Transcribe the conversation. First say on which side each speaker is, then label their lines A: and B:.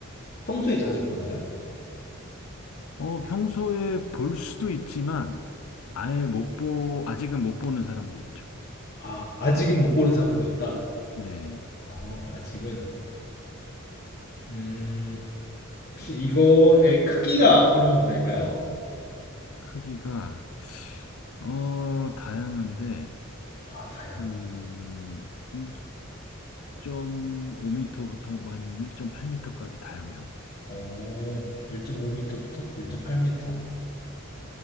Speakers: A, on the left; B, on the left.
A: 평소에 자주 보나요?
B: 어, 평소에 볼 수도 있지만, 아예 못 보, 아직은 못 보는 사람도 있죠.
A: 아, 아직은 못 보는 사람들도 있다.
B: 네.
A: 어, 아직은 음, 혹시 이거의 크기가 어느 정도 될까요?
B: 크기가, 어, 다양한데,
A: 아, 다양.
B: 한 1, 오5 m 부터 한 1.8m까지 다양해요.
A: 오, 1.5m부터 1.8m.